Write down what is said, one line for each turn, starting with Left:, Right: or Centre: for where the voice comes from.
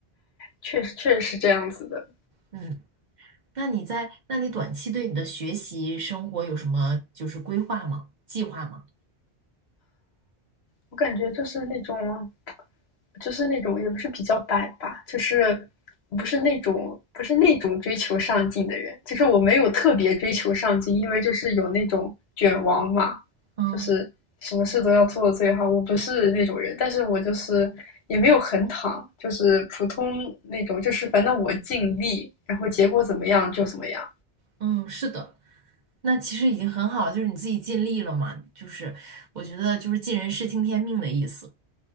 Left: 确实，确实是这样子的。
Right: 嗯，那你在，那你短期对你的学习生活有什么就是规划吗？计划吗？
Left: 我感觉就是那种，就是那种也不是比较摆吧，就是不是那种不是那种追求上进的人，就是我没有特别追求上进，因为就是有那种卷王嘛，
Right: 嗯
Left: 就是什么事都要做得最好，我不是那种人，但是我就是也没有很躺，就是普通那种，就是反正我尽力，然后结果怎么样就怎么样，
Right: 嗯，是的，那其实已经很好了就是你自己尽力了嘛，就是我觉得就是尽人事听天命的意思，